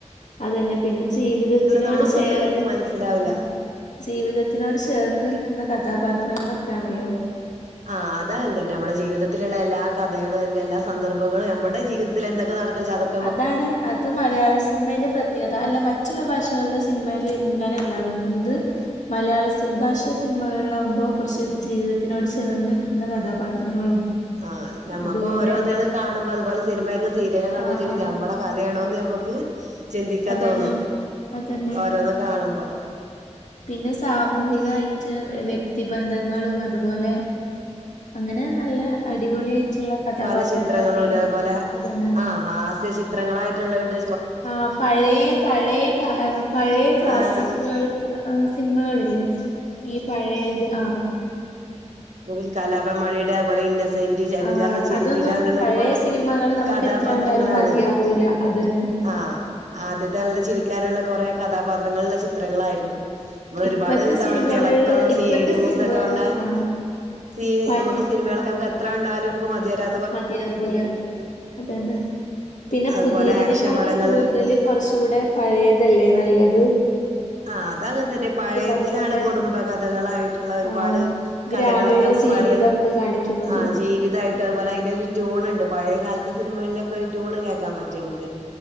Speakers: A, on the left; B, on the right.
A: അതന്നെ പിന്നെജീവിതത്തിനോട്ചേർ
B: നമുക്കൊന്ന് മനസ്സിലാവില്ല
A: ആഹ് ജീവിതത്തിനോട്ചേർന്ന്ൽക്കുന്ന കഥാപാത്രങ്ങളൊക്കാണല്ലോ
B: ആഹ് അതങ്ങൻതന്നെ നമ്മ്ടെ ജീവിതത്തിലുള്ള എല്ലാകഥകളും അതിന്റെ എല്ലാസന്ദർഭങ്ങളും നമ്മടെ ജീവിതത്തിലെന്തെക്കെ നടക്ക്ണ് ച്ചതൊക്കെ
A: അതാണ് അത് മലയാളസിനിമേന്റെ പ്ര ത്യയത അല്ലമറ്റ്ള്ള ഭാഷകൾടെ സിനിമെയില് ഇങ്ങനെല്ലാതോൺന്ന് ഇത് മലയാളസി ഭാഷാ സിനിമകൾളാവുമ്പോ കൊറ്ച്ച് ജീവിതത്തിനോട്ചേർന്ന്ൽക്കുന്ന കഥാപാത്രങ്ങളും
B: ആഹ് നമ്മ്ക്കോരോത്കള്
A: അതുപോലെ
B: കാണുമ്പോ അത്പോലെ സിനിമയൊക്കെ സീര്ര്യലൊക്കെ കാണുമ്പോ
A: ആഹ്
B: <unintelligible>
A: ആഹ്
B: നമ്മ്ടെ കഥയാണോന്ന്നമ്മക്ക് ചിന്തിക്കാൻതോന്നും
A: അതന്നെ അതന്നെ
B: ഓരോന്ന്കാണുമ്പോം
A: പിന്നെ സാമൂഹികായി റ്റ് വെക്തിബന്ധങ്ങളും അത്പോലെ അങ്ങനെനല്ലഅടിപൊളിയായി റ്റ്ള്ള കഥാപാത്രങ്ങളൊക്കേക്ക്
B: പല ചിത്രങ്ങളുണ്ട് അതുപോലെ
A: അതന്നാ
B: ആഹ് ഹാസ്യ ചിത്രങ്ങളായിട്ട്ള്ളത്ണ്ട്
A: ആഹ് പഴേ പഴേ കാ പഴേക്ലാസിക്കുകൾ
B: ആഹ്
A: ആ സിൻമകളില്ലേ ഈ പഴയത് ആഹ്
B: ഇൻക് കാലാബൻമണിയുടെ അത്‌പോലെ ഇന്നസെന്റ്, ജഗതി
A: ആ
B: അർഞ്ഞേ ചിരിപ്പിക്കാൻള്ളള്ളൊര്പാട്കഥാപാത്രങ്ങളാണ്
A: അതൊന്നും പഴയ സിനിമകള് നമുക്ക് എത്ര കണ്ടാലും മതിയാവൂല അതന്നെ
B: ആഹ് ആദ്യത്തെനല്ല ചിരിക്കാനുള്ളകൊറെകഥാപാത്രങ്ങൾള്ള ചിത്രങ്ങളായ്രുന്നു മ്മളൊര്പാട്തവണ
A: ഇപ്പത്തെ സിനിമകളില്
B: തിളക്കം, സി
A: ഇപ്പത്തെ
B: ഐഡി മൂസക്കപറ്ഞ്ഞ
A: സിനിമകള് ആ
B: സീ
A: പഴയ
B: അമ്മ്ക്ക് സിനിമകളക്കെനമുക്കെത്രകണ്ടാലും മ്മ്ക്ക് മതിവരാ
A: മതിയാകുല അതന്നെ പിന്നെ
B: അതുപോലെ
A: പുതിയതിനെക്കാട്ടിം
B: ആക്ഷൻ പടങ്ങള്
A: കൂട്തല് കൊറ്ച്ചുടെ പഴേതല്ലേനല്ലത്?
B: ആഹ് അതങ്ങൻതന്നെ പഴേതിലാണ്
A: അതുപോലെ
B: കുടുംബകഥകളായിട്ടുള്ളഒരുപാട്
A: ആഹ് ഗ്രാമീണ
B: കഥകളൊക്കെമ്മുക്ക്പട്ത്
A: ജീവിതൊക്കെ കാണിക്കുന്നത്
B: ആഹ് ജീവിതായ് ട്ടഹ് പോലെ അതിന്റൊരു ട്യൂണ് ണ്ട് പഴേകാൽത്തെ സിനിമകൾളൊക്കെ ട്യൂണ്കേക്കാംപറ്റുംമ്മുക്ക്